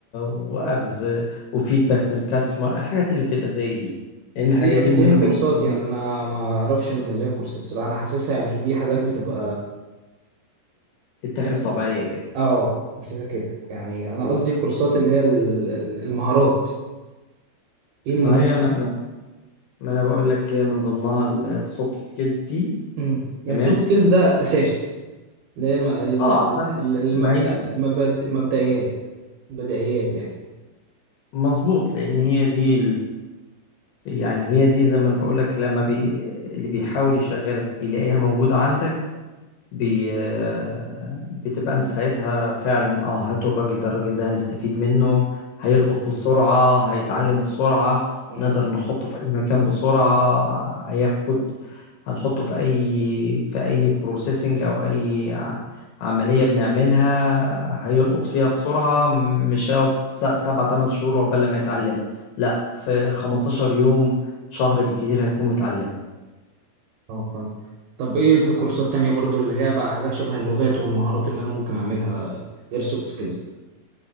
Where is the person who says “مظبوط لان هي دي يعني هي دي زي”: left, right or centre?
Left